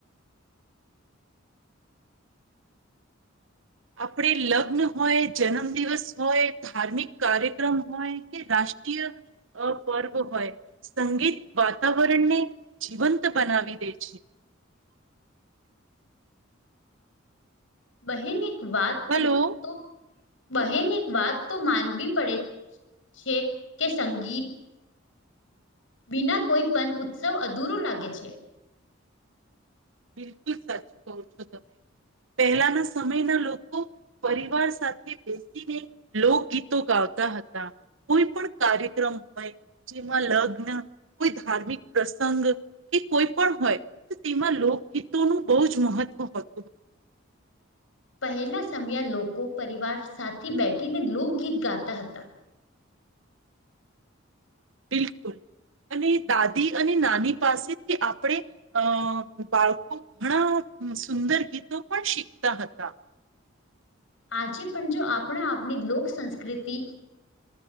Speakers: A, on the right; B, on the left.
A: આપણે લગ્ન હોય જન્મ દિવસ હોય ધાર્મિક કાર્યક્રમ હોય કે રાષ્ટ્રીય અ પર્વ હોય સંગીત વાતાવરણને જીવંત બનાવી દે છે.
B: બહેન એક વાત
A: હલો
B: તો બહેન એક વાત તો માનવી પડે છે કે સંગીત બિના કોઈ પણ ઉત્સવ અધૂરો લાગે છે.
A: બિલકુલ સાચું કો છો તમે પહેલાના સમયના લોકો પરિવાર સાથે બેસીને લોકગીતો ગાવતા હતા. કોઈ પણ કાર્યક્રમ હોય જેમાં લગ્ન કોઈ ધાર્મિક પ્રસંગ કે કોઈ પણ હોય તો તેમાં લો ગીતોનું બહુ જ મહત્વ હતું.
B: પહેલાં સમયા લોકો પરિવાર સાથે બેઠીને લોકગીત ગાતા હતા.
A: બિલકુલ અને દાદી અને નાની પાસેથી આપણે અ બાળકો ઘણા સુંદર ગીતો પણ શીખતા હતા.
B: આજે પણ જો આપણા આપણી લોક સંંસ્કૃતિ